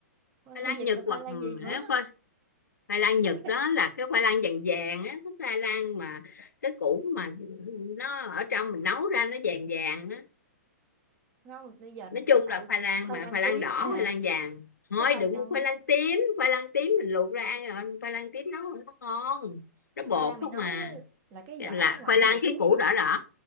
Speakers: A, on the right; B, on the left.
A: Khoai
B: khoai
A: lang
B: lang
A: Nhật
B: Nhật
A: là
B: hoặc
A: khoai lang
B: ừ,
A: gì nữa?
B: khoai, khoai lang
A: Khoai
B: Nhật
A: lang...
B: đó là cái khoai lang vàng vàng á cái khoai lang mà cái củ mà nó ở trong mình nấu ra nó vàng vàng á
A: Không, bây giờ là
B: nói chung
A: tao tại
B: là khoai lang
A: khoai
B: mà
A: lang
B: khoai lang
A: tím
B: đỏ
A: à.
B: khoai lang vàng thôi
A: Cái khoai
B: đừng
A: lang,
B: mua khoai lang tím khoai lang tím mình luộc ra ăn rồi khoai lang tím nấu không có ngon nó
A: cái
B: bột
A: khoai lang mày
B: không
A: nói
B: mà
A: á, là cái
B: là
A: vỏ ở ngoài
B: khoai
A: nó
B: lang
A: màu
B: cái
A: tím
B: củ
A: hả?
B: đỏ đỏ